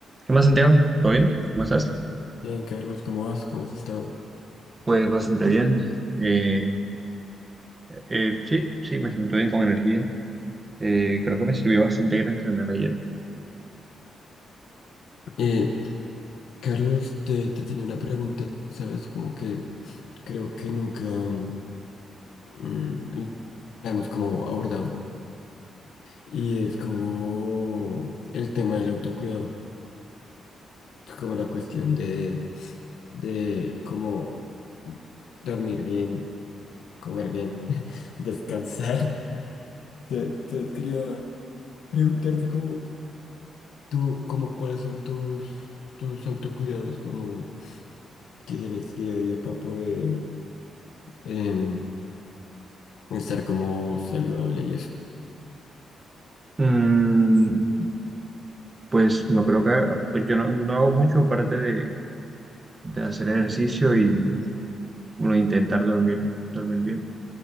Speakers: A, on the right; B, on the left.
A: ¿Qué más, Santiago? ¿Todo bien? ¿Cómo estás?
B: Bien, Carlos, ¿cómo vas? ¿Cómo has estado?
A: Pues bastante bien. Eh, eh, sí, sí, me siento bien con energía. Eh, creo que me sirvió bastante ir a entrenar ayer.
B: Eh, Carlos, te, te tenía una pregunta, ¿sabes? Como que creo que nunca mm, mm, la hemos como abordado. Y es como el tema del autocuidado, como la cuestión de, de cómo dormir bien, comer bien, <laughs> descansar. Te- Entonces quería preguntarte como tú, como cuáles son tus, tus autocuidados, como... que tienes día a día para poder em, estar como saludable y eso.
A: Mm, pues no creo que, pues yo no, no hago mucho aparte de, de hacer ejercicio y bueno, intentar dormir, dormir bien.